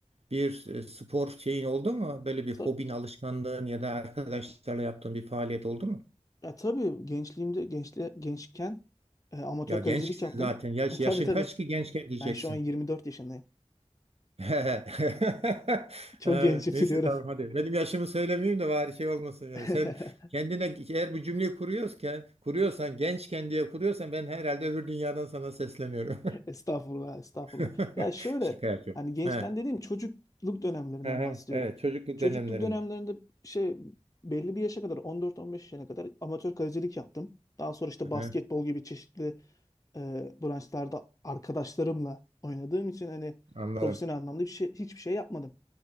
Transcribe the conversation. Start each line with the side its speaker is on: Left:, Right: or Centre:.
Right: bir e, spor şeyin oldu mu? Böyle bir
Left: Tabii,
Right: hobin, alışkanlığın ya da arkadaşlarla yaptığın bir faaliyet oldu mu?
Left: ya tabii gençliğimde gençli gençken e, amatör
Right: Ya gençsin
Left: kalecilik yaptım.
Right: zaten. Yaş,
Left: E, tabii
Right: yaşın
Left: tabii
Right: kaç ki gençken diyeceksin.
Left: ben şu an 24 yaşındayım.
Right: <laughs>
Left: Çok
Right: Ha,
Left: gençim
Right: Neyse
Left: biliyorum.
Right: tamam hadi. Benim yaşımı söylemeyeyim de bari şey olmasın yani.
Left: <laughs>
Right: Sen kendine eğer bu cümleyi kuruyorsan, kuruyorsan gençken diye kuruyorsan ben herhalde öbür dünyadan sana sesleniyorum.
Left: Estağfurullah, estağfurullah.
Right: <laughs>
Left: Ya şöyle
Right: Şaka yapıyorum.
Left: hani gençten
Right: Ha.
Left: dediğim çocukluk dönemlerinden
Right: Aha,
Left: bahsediyorum.
Right: evet çocukluk
Left: Çocukluk
Right: dönemlerinde.
Left: dönemlerinde şey belli bir yaşa kadar 14-15 yaşına kadar amatör kalecilik yaptım. Daha sonra işte
Right: Aha,
Left: basketbol gibi çeşitli e, branşlarda arkadaşlarımla oynadığım için hani
Right: anladım.
Left: profesyonel anlamda bir şey, hiçbir şey yapmadım.